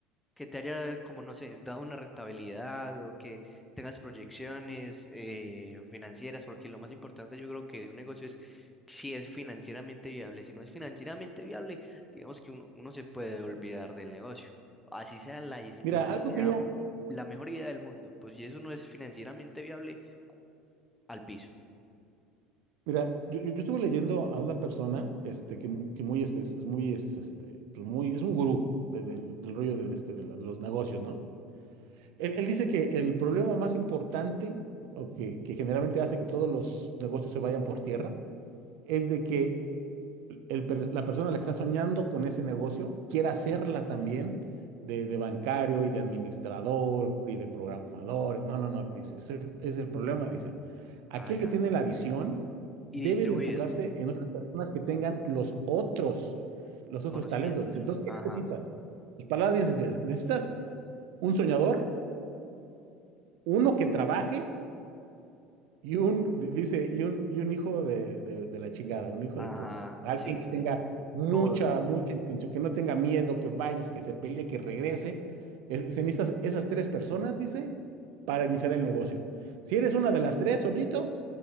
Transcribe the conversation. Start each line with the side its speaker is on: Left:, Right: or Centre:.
Centre: que te haya, como no sé, dado una rentabilidad o que tengas proyecciones eh, financieras? Porque lo más importante, yo creo que de un negocio es si es financieramente viable. Si no es financieramente viable, digamos que uno, uno se puede olvidar del negocio. Así sea la, is-
Right: Mira,
Centre: la
Right: algo
Centre: idea,
Right: que yo,
Centre: mm, la mejor idea del mundo. Pues si eso no es financieramente viable al piso
Right: mira, yo, yo- yo estuve leyendo a una persona, este, que, mu- que muy, este, es, es muy, es, este, pues muy, es un gurú de- del, del rollo de, de este, de la- de los negocios, ¿no? Él, él dice que el problema más importante, o que, que generalmente hace que todos los negocios se vayan por tierra, es de que el per- la persona a la que está soñando con ese negocio quiera hacerla también de, de bancario y de administrador y de programador. No, no, no, dice, es el, es el problema, dice. Aquel
Centre: Ah, ya.
Right: que tiene la visión
Centre: y
Right: debe
Centre: distribuir
Right: de enfocarse en otras personas que tengan los otros, los otros
Centre: conocimientos.
Right: talentos. Dice, entonces,
Centre: Ajá.
Right: ¿qué necesitas? Sus palabras bien sencillas. Necesitas un soñador, uno que trabaje Y un, di- dice, y un, y un hijo de, de- de la chingada, un hijo
Centre: Ajá,
Right: de puta. Alguien
Centre: sí,
Right: que
Centre: sí,
Right: tenga mucha,
Centre: todo,
Right: mucha intención, que no tenga miedo, que vaya, que se pelee, que regrese. Es- Se necesitan esas tres personas, dice, para iniciar el negocio. Si eres una de las tres solito,